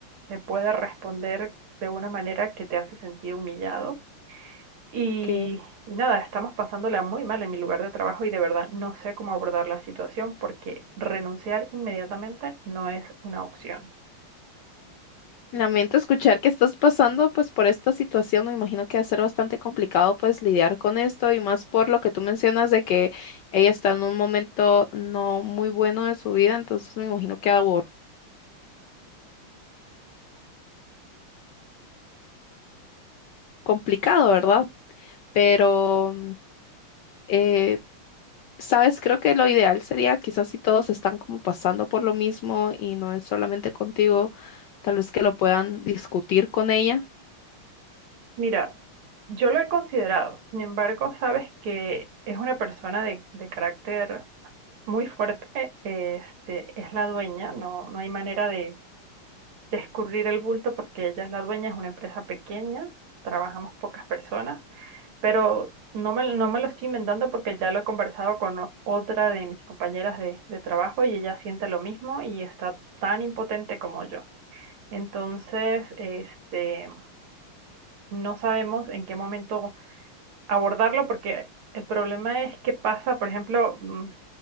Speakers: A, on the right (about 75°); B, on the left (about 75°).
A: te puede responder de una manera que te hace sentir humillado. Y,
B: Ok.
A: y nada, estamos pasándola muy mal en mi lugar de trabajo y de verdad no sé cómo abordar la situación porque renunciar inmediatamente no es una opción.
B: Lamento escuchar que estás pasando pues por esta situación. Me imagino que va a ser bastante complicado pues lidiar con esto y más por lo que tú mencionas de que ella está en un momento no muy bueno de su vida, entonces me imagino que va complicado, ¿verdad? Pero, eh, sabes, creo que lo ideal sería quizás si todos están como pasando por lo mismo y no es solamente contigo, tal vez que lo puedan discutir con ella.
A: Mira, yo lo he considerado, sin embargo, sabes que es una persona de, de carácter muy fuerte, este, es la dueña, no, no hay manera de de escurrir el bulto porque ella es la dueña, es una empresa pequeña, trabajamos pocas personas, pero no me, no me lo estoy inventando porque ya lo he conversado con o- otra de mis compañeras de, de trabajo y ella siente lo mismo y está tan impotente como yo. Entonces, este, no sabemos en qué momento abordarlo porque el problema es que pasa, por ejemplo, mm,